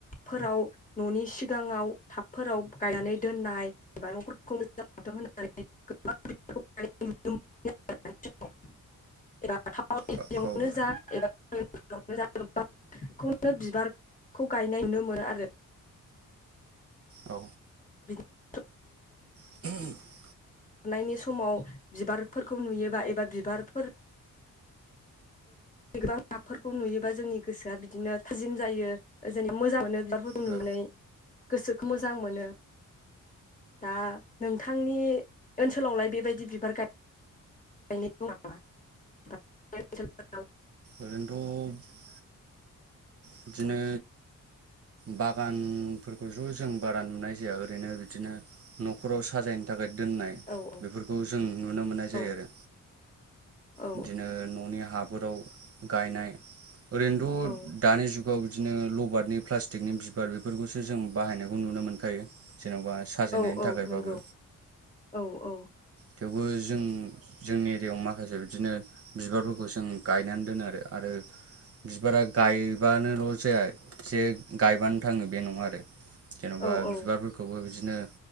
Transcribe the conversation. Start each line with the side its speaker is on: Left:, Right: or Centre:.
Left: फोराव न'नि सिगाङाव टाबफोराव गायनानै दोननाय <unintelligible> होनानै गोबां <unintelligible> <unintelligible>
Right: ओ औ
Left: खौनो बिबारखौ गायनाय नुनो मोनो आरो।
Right: औ
Left: बिदि <unintelligible>
Right: <inaudible>
Left: नायनि समाव बिबारफोरखौ नुयोबा एबा बिबारफोर <unintelligible> फोरखौ नुयोबा जोंनि गोसोआ बिदिनो थाजिम जायो। जेनेबा मोजां मोनो बिबारफोरखौ
Right: दा
Left: नुनानै गोसोखौ मोजां मोनो। दा नोंथांनि ओनसोलावलाय बेबायदि बिबार गाय गानाय दं नामा नोंथांनि ओनसोलफोराव?
Right: ओरैनोथ' बिदिनो बागानफोरखौथ' जों बारा नुनाय जाया ओरैनो बिदिनो न'खराव साजायनो थाखाय दोननाय
Left: औ औ
Right: बेफोरखौ जों नुनो मोननाय जायो
Left: औ
Right: आरो।
Left: औ
Right: बिदिनो न'नि हाफोराव गायनाय, ओरैनोथ'
Left: औ
Right: दानि जुगाव बिदिनो लबारनि प्लास टिकनि बिबार बेफोरखौसो जों बाहायनायखौ नुनो मोनखायो। जेन'बा साजायनायनि
Left: औ औ
Right: थाखायबाबो
Left: नंगौ, औ औ।
Right: थेवबो जों जोंनि एरियायाव माखासे बिदिनो बिबारफोरखौ जों गायनानै दोनो आरो। आरो बिबारा गायबानोल' जाया जे गायबानो थाङो बे नङा आरो। जेन'बा
Left: औ
Right: बिबारफोरखौबो
Left: औ
Right: बिदिनो